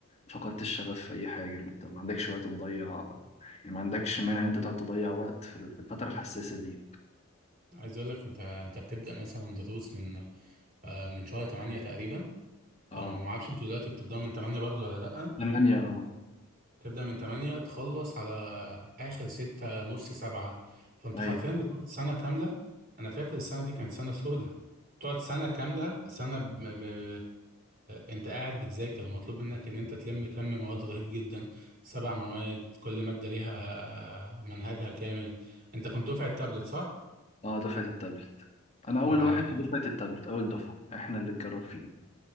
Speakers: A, on the left (about 30°); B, on the right (about 40°).
A: فقدت الشغف في أي حاجة انت ما عندكش وقت تضيع يعني ما عندكش مانع ان انت تقعد تضيع وقت في ال- في الفترة الحساسة دي
B: عايز اقول لك انت انت بتبدا مثلا دروس من آه، من شهر 8 تقريبا
A: اه
B: أو ما اعرفش انتوا دلوقتي بتبداوا من 8 برضه ولا لا
A: ثمانية اه
B: تبدا من 8 تخلص على اخر ستة نص سبعة فانت
A: ايوه
B: حرفيا بتقعد سنة كاملة انا فاكر السنة دي كانت سنة سودة تقعد سنة كاملة سنة ب... ب... ب... انت قاعد بتذاكر ومطلوب منك ان انت تلم كم مواد رهيب جدا سبع مواد كل مادة ليها منهجها كامل انت كنت دفعة تابلت صح؟
A: اه دفعة التابلت انا اول
B: اه
A: واحد
B: يعني
A: في دفعة التابلت اول دفعة احنا اللي اتجرب فيه